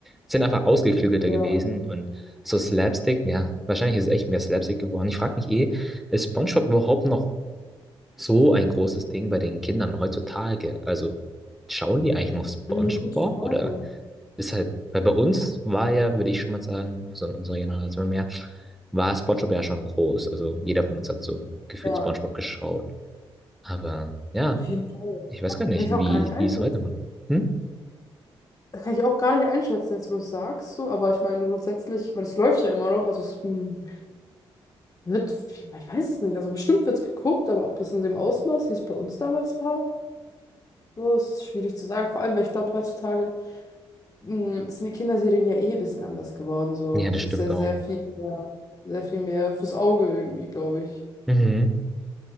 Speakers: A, in the centre; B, on the left.
A: sind einfach ausgeklügelter
B: Ja,
A: gewesen und so Slapstick, ja, wahrscheinlich ist es echt mehr Slapstick geworden. Ich frage mich eh, ist SpongeBob überhaupt noch so ein großes Ding bei den Kindern heutzutage? Also schauen die eigentlich noch SpongeBob
B: hm, gute Frage.
A: oder ist halt, weil bei uns war ja, würde ich schon mal sagen, also in unserer Generation mehr, war SpongeBob ja schon groß. Also jeder von uns hat so gefühlt
B: Ja,
A: SpongeBob geschaut. Aber ja.
B: Auf jeden Fall.
A: Ich weiß gar nicht,
B: kann ich
A: wie
B: auch gar nicht einschätzen.
A: die es heute machen. Hm?
B: Das kann ich auch gar nicht einschätzen, jetzt wo du es sagst, so, aber ich meine grundsätzlich, ich meine, es läuft ja immer noch, also es hm, wird, ich weiß es nicht, also bestimmt wird es geguckt, aber ob es in dem Ausmaß, wie es bei uns damals war, So ist schwierig zu sagen. Vor allem, weil ich glaube, heutzutage mh, sind die Kinderserien ja eh ein bisschen anders geworden. So.
A: Ja,
B: Es
A: das stimmt
B: ist ja
A: auch.
B: sehr viel mehr, sehr viel mehr fürs Auge irgendwie, glaube ich.
A: Mhm.